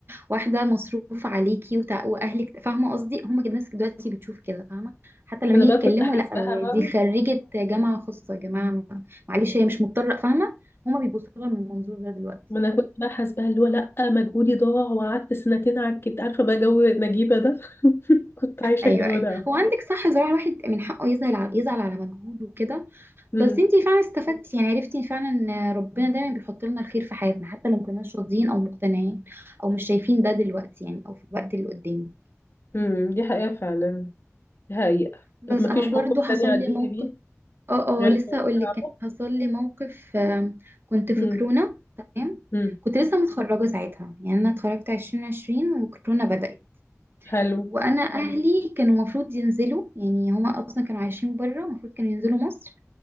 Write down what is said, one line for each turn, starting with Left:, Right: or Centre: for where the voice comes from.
Right: واحده مصروف عليكي وتع... واهلك فاهمه قصدي هما كده الناس دلوقتي بتشوف كده فاهمه حتى لما
Left: وانا
Right: يجي
Left: بقى
Right: يتكلموا
Left: كنت حاسباها
Right: لا
Left: بقى
Right: دي خريجه جامعه خاصه يا جماعه معلش هي مش مضطره فاهمه هما بيبصوا لها من المنظور ده دلوقتي
Left: ما انا كنت بقى حاسباها اللي هو لا مجهودي ضاع وقعدت سنتين على الكت عارفه بقى جو نجيبه ده <laughs> كنت عايشه
Right: ايوه
Left: الجو
Right: ايوه
Left: ده
Right: هو عندك صح زراعة الواحد من حقه يزعل على يزعل على مجهوده وكده
Left: امم
Right: بس انتي فعلا استفدتي يعني عرفتي فعلا ان ربنا دايما بيحط لنا الخير في حياتنا حتى لو مكناش راضيين او مقتنعين او مش شايفين ده دلوقتي يعني او في الوقت اللي قدامي
Left: امم دي حقيقه فعلا دي حقيقه
Right: بس
Left: طب ما
Right: انا
Left: فيش
Right: برضو
Left: موقف
Right: حصل
Left: تاني عديتي
Right: لي موقف
Left: بيه
Right: اه
Left: غير
Right: اه لسه اقول
Left: صعبه
Right: لك كان حصل لي موقف آم، كنت في
Left: امم
Right: كورونا تمام
Left: امم
Right: كنت لسه متخرجة ساعتها يعني انا اتخرجت عشرين عشرين وكورونا بدأت
Left: حلو
Right: وانا اهلي كانوا المفروض ينزلوا يعني هما اصلا كانوا عايشين بره المفروض كانوا ينزلوا مصر